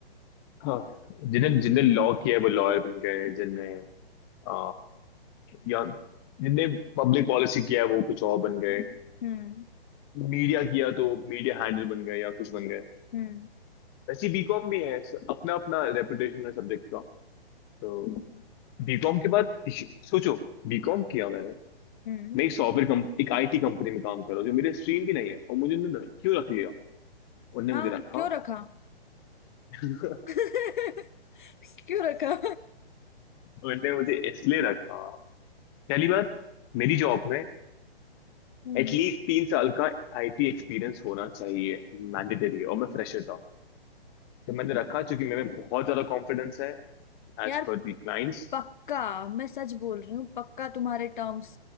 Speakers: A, on the left (about 25°); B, on the left (about 50°).
A: हाँ जिन्हें जिन्हें लॉ किया है वो लॉयर बन गए जिनने अ, या जिनने पब्लिक पॉलिसी किया है वो कुछ और बन गए
B: हम्म
A: मीडिया किया तो मीडिया हैंडल बन गए या कुछ बन गए
B: हम्म
A: वैसे बीकॉम भी है अपना अपना रेपुटेशन है सब्जेक्ट का तो बीकॉम के बाद इश- सोचो बीकॉम किया मैंने
B: हम्म
A: मैं एक सॉफ्टवेयर कंप एक आईटी कंपनी में काम कर रहा हूँ जो मेरे स्ट्रीम भी नहीं है और मुझे उन्होंने क्यों रख लिया उनने
B: हाँ
A: मुझे रखा
B: क्यों रखा
A: <laughs>
B: <laughs> क्यों रखा
A: उनने मुझे इसलिए रखा पहली बात मेरी जॉब में
B: हम्म
A: एटलीस्ट तीन साल का आईटी एक्सपीरियंस होना चाहिए मैंडेटरी है, और मैं फ्रेशर था तो मैंने रखा क्योंकि मेरे में बहुत ज्यादा कॉन्फिडेंस है
B: यार
A: as per the clients
B: पक्का मैं सच बोल रही हूँ पक्का तुम्हारे टर्म्स